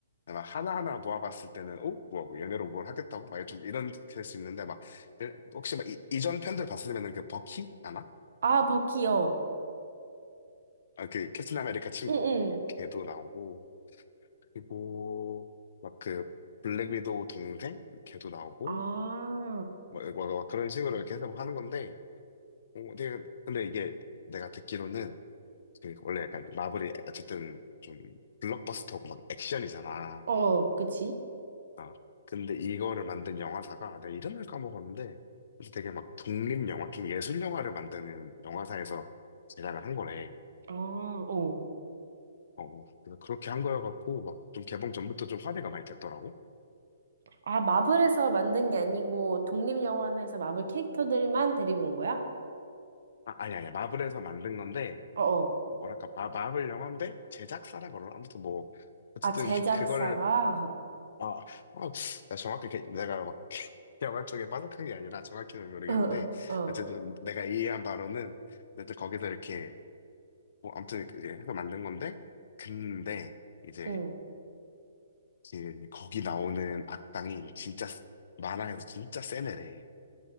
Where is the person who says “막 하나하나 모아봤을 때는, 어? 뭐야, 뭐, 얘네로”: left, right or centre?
Left